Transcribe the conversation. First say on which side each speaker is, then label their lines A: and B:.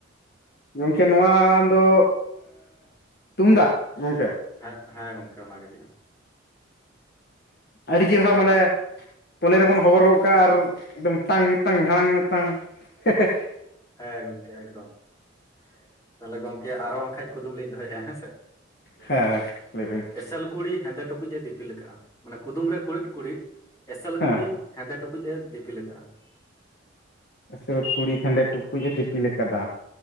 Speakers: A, on the left (about 55°); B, on the left (about 20°).
A: ᱜᱚᱢᱠᱮ ᱱᱚᱣᱟ ᱫᱚ ᱛᱩᱢᱫᱟᱜ ᱜᱚᱢᱠᱮ
B: ᱦᱮᱸ ᱦᱮᱸ ᱜᱚᱢᱠᱮ ᱚᱱᱟ ᱜᱮ ᱦᱳᱭᱳᱜᱼᱟ
A: ᱟᱹᱰᱤ ᱪᱮᱨᱦᱟ
B: ᱢᱟ
A: ᱢᱟᱱᱮ ᱠᱚᱞᱮ ᱨᱮᱵᱚᱱ ᱦᱚᱵᱚᱨ ᱜᱚᱜ ᱠᱟᱜᱼᱟ ᱟᱨ ᱮᱠᱫᱚᱢ ᱛᱟᱝ ᱢᱤᱛᱟᱝ ᱫᱷᱟᱲᱟᱝ ᱛᱟᱝ ᱦᱮᱦᱮᱻ
B: ᱦᱮᱸ ᱜᱚᱢᱠᱮ ᱮᱠᱫᱚᱢ ᱾ ᱛᱟᱦᱚᱞᱮ ᱜᱚᱢᱠᱮ ᱟᱨᱦᱚ ᱵᱟᱠᱷᱟᱡ ᱠᱩᱫᱩᱢ ᱞᱤᱧ ᱫᱚᱦᱚᱭᱮᱜᱼᱟ ᱦᱮᱸ ᱥᱮ
A: ᱦᱮᱸ ᱞᱟᱹᱭ ᱵᱤᱱ
B: ᱮᱥᱮᱞ ᱠᱩᱲᱤ ᱦᱮᱸᱫᱮ ᱴᱩᱠᱩᱡ ᱮ ᱫᱤᱯᱤᱞ ᱫᱤᱯᱤᱞ ᱠᱟᱜᱼᱟ ᱢᱟᱱᱮ ᱠᱩᱫᱩᱢ ᱨᱮ ᱠᱩᱲᱤᱫ ᱠᱩᱲᱤᱫ ᱮᱥᱮᱞ
A: ᱦᱮᱸ
B: ᱠᱩᱲᱤ ᱦᱮᱸᱫᱮ ᱴᱩᱠᱩᱡ ᱮ ᱫᱤᱯᱤᱞ ᱠᱟᱜᱼᱟ
A: ᱮᱥᱮᱞ ᱠᱩᱲᱤ ᱦᱮᱸᱫᱮ ᱴᱩᱠᱩᱡ ᱮ ᱫᱤᱯᱤᱞ ᱠᱟᱫᱟ